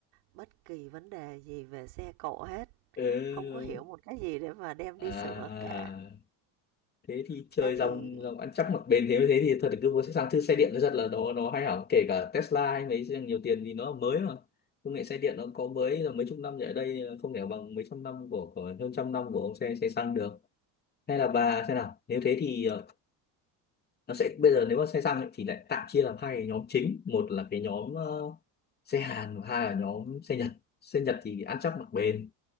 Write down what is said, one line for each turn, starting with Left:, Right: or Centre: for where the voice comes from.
Right: bất kỳ vấn đề gì về xe cộ hết.
Left: ừ.
Right: Không có hiểu một cái gì để mà đem
Left: à
Right: đi sửa cả.
Left: thế thì chơi
Right: Thế thì
Left: dòng dòng ăn chắc mặc bền thế thế thì thật là cứ mua sang thứ xe điện nó rất là nó nó hay hỏng kể cả Tesla hay mấy xe nhiều tiền vì nó là mới mà công nghệ xe điện nó có mới là mấy chục năm trở lại đây không thể bằng mấy trăm năm của, của hơn trăm năm của ông xe xe xăng được hay là bà xem nào nếu thế thì ờ, nó sẽ bây giờ nếu mà xe xăng ấy, thì lại tạm chia làm hai cái nhóm chính một là cái nhóm ờ, xe Hàn và hai là nhóm xe Nhật xe Nhật thì ăn chắc mặc bền